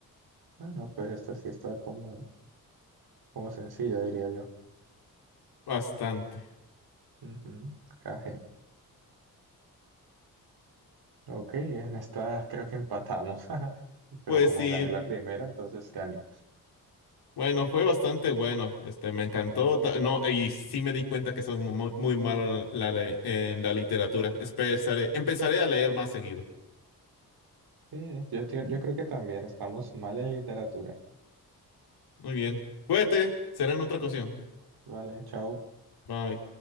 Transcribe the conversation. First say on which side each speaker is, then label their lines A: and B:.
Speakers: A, on the right; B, on the left.
A: Bueno, pues esta sí está como, como sencilla, diría yo.
B: Bastante.
A: Ujú. Caje. Ok, en esta creo que empatamos, <laughs> pero
B: Pues
A: como
B: sí,
A: gané la primera, entonces gané.
B: Bueno, fue bastante bueno. Este, me encantó. Ta- No, y sí me di cuenta que soy mu- muy, muy malo en la, le- en la literatura. Empezaré, empezaré a leer más seguido.
A: Sí, yo, te- yo creo que también estamos mal en literatura.
B: Muy bien. Cuídate. Será en otra ocasión.
A: Vale, chao.
B: Bye.